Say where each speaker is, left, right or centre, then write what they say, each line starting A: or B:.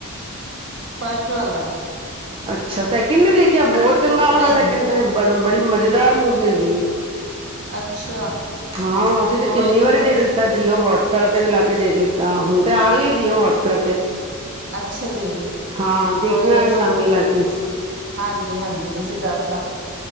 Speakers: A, on the right; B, on the right.
A: ਫਸਟ ਵੱਲਾ
B: ਅੱਛਾ ਸੈਕਿੰਡ ਨੇ ਦੇਖਿਆ ਬਹੁਤ <unintelligible>
A: ਨਹੀਂ
B: ਬ ਬੜੀ ਮਜ਼ੇਦਾਰ ਮੂਵੀ ਹੈਗੀ ਇਹ
A: ਅੱਛਾ
B: ਹਾਂ ਅਸੀਂ ਤੇ
A: ਕੋਈ
B: ਕਿੰਨੀ
A: ਨਹੀਂ
B: ਵਾਰੀ
A: ਫਿਰ
B: ਦੇਖ ਲਤਾ ਜੀਓ ਵਟ ਪੈਸੇ ਵੀ ਲਗਾ ਕੇ ਦੇਖ ਲਿੱਤਾ ਹੁਣ ਤੇ ਆ ਗਈ ਐ ਜੀਉ ਵ੍ਹਟਸ ਐਪ ਤੇ
A: ਅੱਛਾ ਜੀ
B: ਹਾਂ
A: ਕੋਈ
B: ਦੇਖਣਾ
A: ਨੀ ਹੁਣ
B: ਸ਼ਾਮੀ ਲਾ ਕੇ
A: ਹਾਂਜੀ ਹਾਂਜੀ ਤੁਸੀ ਦੱਸ